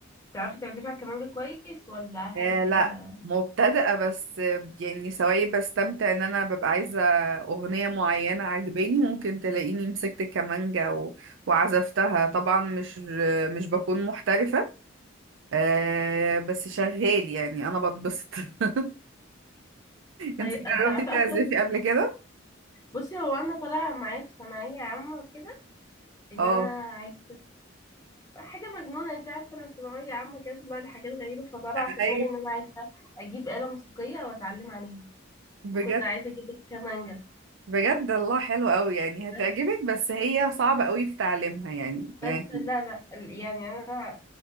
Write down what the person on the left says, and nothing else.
تعرفي تعزفي على الكمانجة كويس ولا حاجة
كده
طيب
آه، تعرفي
اصلا
بصي هو انا طالعة معايا في ثانوية عامة وكده ان
انا عايزة حاجة مجنونة انت عارفة انا في ثانوية عامة كده بيطلع لي حاجات غريبة فطلع
في دماغي ان انا عايزة اجيب آلة موسيقية واتعلم عليها
وكنت عايزة اجيب الكمانجة
بس
بس
لا لا يعني انا